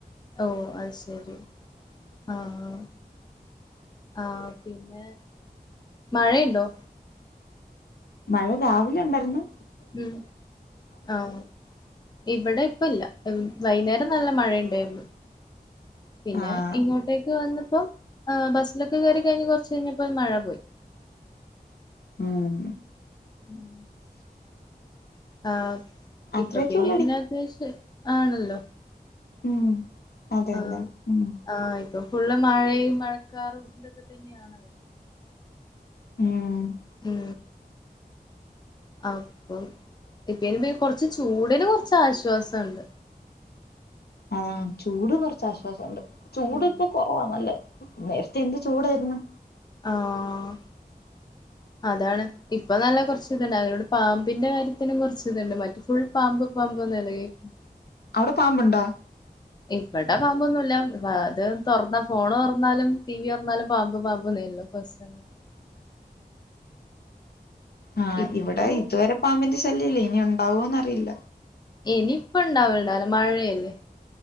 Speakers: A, on the left; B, on the left.
A: ഓഹ് അഹ് ശരി ആഹ് ആഹ് പിന്നെ മഴയുണ്ടോ
B: മഴ രാവിലെ ഉണ്ടായിര്ന്നു
A: ഉം ആഹ് ഇവടെ ഇപ്പ ഇല്ല വൈകുന്നേരം നല്ല മഴയണ്ടായിരുന്നു പിന്നെ
B: ആഹ്
A: ഇങ്ങോട്ടേക്ക് വന്നപ്പോം ഏഹ് ബസ്സിലൊക്കെ കയറി കഴിഞ്ഞ് കൊറച്ചഴിഞ്ഞപ്പോ മഴ പോയി
B: ഉം
A: ഉം ആഹ്
B: അത്രയൊക്കെ
A: ഇപ്പൊ പിന്നെ
B: ഉള്ളടി
A: ഇങ്ങനെ അത്യാശ്യ ആണല്ലോ
B: ഉം അതെല്ലേ
A: ആഹ്
B: ഉം
A: ആഹ് ഇപ്പൊ ഫുള്ള് മഴയും മഴക്കാറും ഇതൊക്കെ തന്നെയാണല്ലോ
B: ഉം
A: ഉം അപ്പൊ ഇപ്പയ്ന് കൊറച്ച് ചൂട്ന് കുറച്ച് ആശ്വാസണ്ട്
B: ആഹ് ചൂട് കൊറച്ചാശ്വാസണ്ട് ചൂട്
A: ഉം
B: ഇപ്പൊ കൊ ഓഹ് നല്ല നേരത്തെ എന്ത് ചൂടായിരുന്നു
A: ആഹ്
B: <unintelligible>
A: അതാണ് ഇപ്പൊ നല്ല കുറച്ച് ഇതുണ്ട് അവരോട് പാമ്പിന്റെ കാര്യത്തിനും കുറച്ച് ഇതുണ്ട് മറ്റ ഫുൾ പാമ്പ് പാമ്പ് നിലകേക്കും
B: അവിടെ പാമ്പുണ്ടാ
A: ഇവടെ പാമ്പൊന്നുല്ല അത് തുറന്ന ഫോണ് തുറന്നാലും ടി വി തുറന്നാലും പാ ഇപ്പം പാമ്പന്നെ ഉള്ളു കൊസലെ
B: ആഹ്
A: ഇപ്പൊ
B: ഇവിടെ ഇതുവരെ പാമ്പിന്റെ ശല്യം ഇല്ല ഇനി ഉണ്ടാവോന്നറിയില്ല
A: ഇനിയിപ്പ ഇണ്ടാവലുണ്ടല്ല മഴയല്ലേ